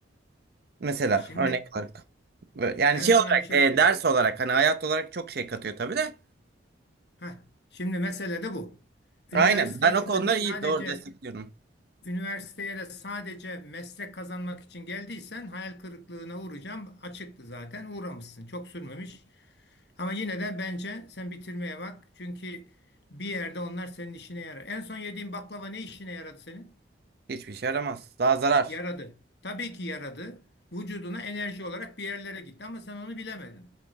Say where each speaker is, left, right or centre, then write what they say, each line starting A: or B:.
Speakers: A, on the right; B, on the left.
A: Mesela
B: Şimdi
A: örnek olarak. Böyle- Yani
B: ben
A: şey
B: sana
A: olarak
B: bir şey
A: e,
B: söyleyeyim.
A: ders olarak hani hayat olarak çok şey katıyor tabii de.
B: Ha. Şimdi mesele de bu. Üniversiteyi
A: Aynen. Ben o
B: sen
A: konuda iyi
B: sadece
A: doğru destekliyorum.
B: Üniversiteye de sadece meslek kazanmak için geldiysen hayal kırıklığına uğrayacağım. Açıktı zaten uğramışsın. Çok sürmemiş. Ama yine de bence sen bitirmeye bak. Çünkü bir yerde onlar senin işine yarar. En son yediğin baklava ne işine yaradı senin?
A: Hiçbir şey yaramaz. Daha zarar.
B: Yaradı. Tabii ki yaradı. Vücuduna enerji olarak bir yerlere gitti ama sen onu bilemedin.